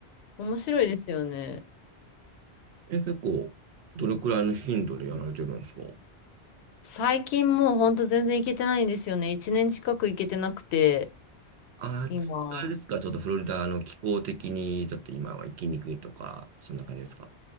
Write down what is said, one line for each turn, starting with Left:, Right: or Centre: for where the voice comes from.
Left: 面白いですよね。
Right: え、結構、どれくらいの頻度でやられてるんですか
Left: 最近もう本当全然行けてないんですよね。一年近く行けてなくて。
Right: あー、
Left: 今。
Right: つあれですか、ちょっとフロリダの気候的に、ちょっと今は行きにくいとか、そんな感じですか